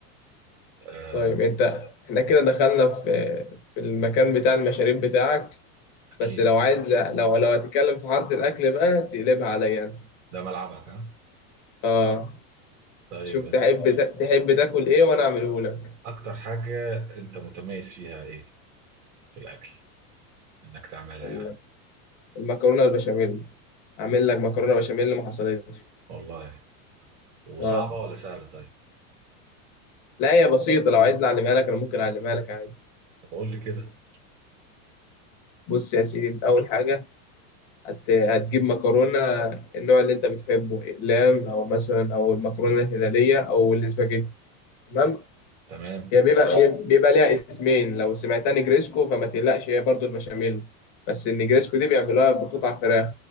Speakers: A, on the right (about 60°); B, on the left (about 30°).
A: آه،
B: طيب انت احنا كده دخلنا في في المكان بتاع المشاريب بتاعك
A: أكيد
B: بس لو عايز لو لو هتتكلم في حاره الاكل بقى تقلبها عليا انا
A: ده ملعبك ها
B: اه
A: طيب
B: شوف تحب تا- تحب تاكل ايه وانا اعمله لك
A: أكتر حاجة أنت متميز فيها إيه في الأكل إنك تعملها
B: أقول
A: يعني
B: لك المكرونه البشاميل اعمل لك مكرونه بشاميل اللي ما حصلتش
A: والله وصعبة
B: اه
A: ولا سهلة طيب
B: لا هي بسيطه لو عايز اعلمها لك انا ممكن اعلمها لك عادي
A: طب قول لي كده
B: بص يا سيدي انت اول حاجه هت... هتجيب مكرونه النوع اللي انت بتحبه اقلام او مثلا او المكرونه الهلاليه او الاسباجيتي تمام
A: تمام
B: هي بيبقى هي بيبقى ليها اسمين لو سمعتها نجريسكو فما تقلقش هي برضو البشاميل بس النجريسكو دي بيعملوها بقطع فراخ